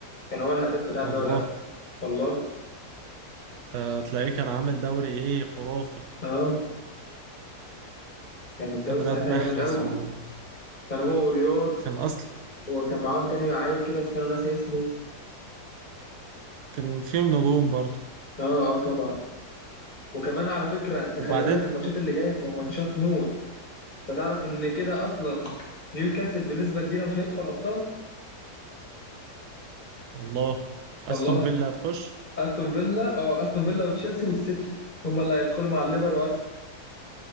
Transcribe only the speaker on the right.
والله
آه، تلاقيه كان عامل دوري ايه خرافي
كان رياض
محرز
وكان
اصلا
كان فيهم نجوم برضه
وبعدين
والله استون
فيلا هتخش